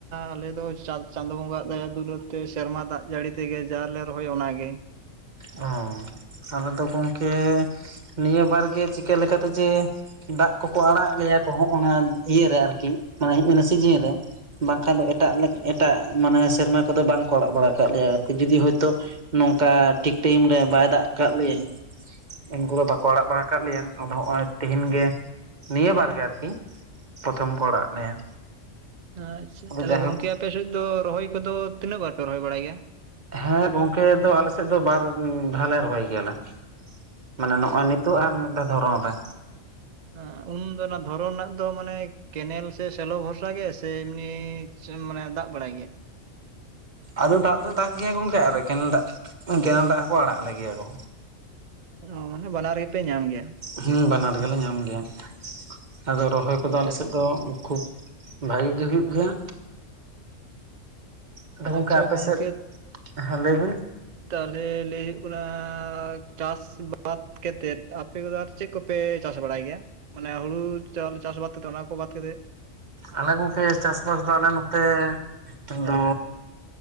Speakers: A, on the right; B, on the right.
A: ᱟᱞᱮ ᱫᱚ ᱪᱟ ᱪᱟᱸᱫᱳ ᱵᱚᱸᱜᱟᱜ ᱫᱟᱭᱟ ᱫᱩᱞᱟᱹᱲ ᱛᱮ ᱥᱮᱨᱢᱟ ᱫᱟᱜ ᱡᱟᱹᱲᱤ ᱛᱮᱜᱮ ᱡᱟᱞᱮ ᱨᱚᱦᱚᱭ ᱚᱱᱟᱜᱮ
B: ᱦᱳ ᱟᱞᱮ ᱫᱚ ᱜᱚᱢᱠᱮ ᱱᱤᱭᱟᱹ ᱵᱟᱨ ᱜᱮ ᱪᱤᱠᱟᱹ ᱞᱮᱠᱟᱛᱮ ᱡᱮ ᱫᱟᱜ ᱠᱚᱠᱚ ᱟᱲᱟᱜ ᱞᱮᱭᱟ ᱠᱚ ᱦᱚᱜ ᱚᱱᱟ ᱤᱭᱟᱹᱨᱮ ᱟᱨᱠᱤ ᱢᱟᱱᱮ ᱥᱤᱡᱤᱱ ᱨᱮ ᱵᱟᱝᱠᱷᱟᱱ ᱫᱚ ᱮᱴᱟᱜ ᱮᱴᱟᱜ ᱢᱟᱱᱮ ᱥᱮᱨᱢᱟ ᱠᱚᱫᱚ ᱵᱟᱝᱠᱚ ᱟᱲᱟᱜ ᱵᱟᱲᱟ ᱠᱟᱫ ᱞᱮᱭᱟ ᱟᱨᱠᱤ ᱡᱩᱫᱤ ᱦᱳᱭᱛᱳ ᱱᱚᱝᱠᱟ ᱴᱷᱤᱠ ᱴᱟᱭᱤᱢ ᱨᱮ ᱵᱟᱭ ᱫᱟᱜ ᱠᱟᱫ ᱞᱮᱭᱟ ᱩᱱᱠᱩ ᱦᱚᱸ ᱵᱟᱠᱚ ᱟᱲᱟᱜ ᱵᱟᱲᱟ ᱠᱟᱜ ᱞᱮᱭᱟ ᱟᱨ ᱱᱚᱦᱚᱤ ᱛᱮᱦᱮᱧ ᱜᱮ ᱱᱤᱭᱟᱹ ᱵᱟᱨ ᱜᱮ ᱟᱨᱠᱤ ᱯᱨᱚᱛᱷᱚᱢ ᱠᱚ ᱚᱲᱟᱜ ᱞᱮᱭᱟ
A: ᱟᱪᱪᱷᱟ
B: ᱟᱫᱚ
A: ᱛᱟᱦᱚᱞᱮ
B: ᱡᱟᱭᱦᱳᱠ
A: ᱜᱚᱝᱠᱮ ᱟᱯᱮᱥᱮᱫ ᱫᱚ ᱨᱚᱦᱚᱭ ᱠᱚᱫᱚ ᱛᱤᱱᱟᱹᱜ ᱵᱟᱨ ᱯᱮ ᱨᱚᱦᱚᱭ ᱵᱟᱲᱟᱭ ᱜᱮᱭᱟ
B: ᱦᱮᱸ ᱜᱚᱝᱠᱮ ᱫᱚ ᱟᱞᱮᱥᱮᱫ ᱫᱚ ᱵᱟᱨ ᱫᱷᱟᱣ ᱞᱮ ᱨᱚᱦᱚᱭ ᱜᱮᱭᱟᱞᱮ ᱢᱟᱱᱮ ᱱᱚᱜᱼᱚᱭ ᱱᱤᱛᱳ ᱟᱨ ᱢᱤᱫ ᱫᱷᱟ ᱫᱷᱚᱨᱚᱱ ᱨᱮ
A: ᱟᱸᱦ ᱩᱱᱫᱚ ᱚᱱᱟ ᱫᱷᱚᱨᱚᱱ ᱨᱮᱱᱟᱜ ᱫᱚ ᱢᱟᱱᱮ ᱠᱮᱱᱮᱞ ᱥᱮ ᱥᱮᱞᱚ ᱵᱷᱚᱨᱥᱟ ᱜᱮ ᱥᱮ ᱮᱢᱱᱤ ᱢᱟᱱᱮ ᱫᱟᱜ ᱵᱟᱲᱟᱭ ᱜᱮᱭᱟ᱾
B: ᱟᱫᱚ ᱫᱟᱜ ᱫᱚ ᱫᱟᱜ ᱜᱮᱭᱟ ᱜᱚᱢᱠᱮ ᱠᱮᱱᱮᱞ ᱫᱟᱜ ᱠᱮᱱᱮᱞ ᱫᱟᱜ ᱦᱚᱸᱠᱚ ᱟᱲᱟᱜ ᱞᱮᱜᱮᱭᱟ ᱠᱚ
A: ᱳᱷ ᱢᱟᱱᱮ ᱵᱟᱱᱟᱨ ᱜᱮᱯᱮ ᱧᱟᱢ ᱜᱮᱭᱟ
B: ᱦᱮᱸ ᱵᱟᱱᱟᱨ ᱜᱮᱞᱮ ᱧᱟᱢ ᱜᱮᱭᱟ ᱟᱫᱚ ᱨᱚᱦᱚᱭ ᱠᱚᱫᱚ
A: ᱟᱪᱪᱷᱟ
B: ᱟᱞᱮᱥᱮᱫ ᱫᱚ ᱩᱠᱷᱩᱵ ᱵᱷᱟᱜᱮ ᱜᱮ ᱦᱩᱭᱩᱜ ᱜᱮᱭᱟ ᱟᱫᱚ ᱜᱚᱝᱠᱮ
A: ᱟᱪᱪᱷᱟ
B: ᱟᱯᱮ
A: ᱜᱚᱝᱠᱮ
B: ᱥᱮᱫ ᱦᱮᱸ ᱞᱟᱹᱭ ᱵᱤᱱ
A: ᱛᱟᱦᱚᱞᱮ ᱞᱟᱹᱭ ᱦᱩᱭᱩᱜ ᱠᱟᱱᱟ ᱪᱟᱥ ᱵᱟᱫᱽ ᱠᱟᱛᱮᱫ ᱟᱯᱮ ᱠᱚᱫᱚ ᱟᱨ ᱪᱮᱫ ᱠᱚᱯᱮ ᱪᱟᱥ ᱵᱟᱲᱟᱭ ᱜᱮᱭᱟ ᱢᱟᱱᱮ ᱦᱩᱲᱩ ᱪᱟᱣᱞᱮ ᱪᱟᱥ ᱵᱟᱫ ᱠᱟᱛᱮ ᱚᱱᱟ ᱠᱚ ᱵᱟᱫ ᱠᱟᱛᱮ
B: ᱟᱞᱮ ᱜᱚᱝᱠᱮ ᱪᱟᱥᱵᱟᱥ ᱫᱚ ᱟᱞᱮ ᱱᱚᱛᱮ ᱫᱚ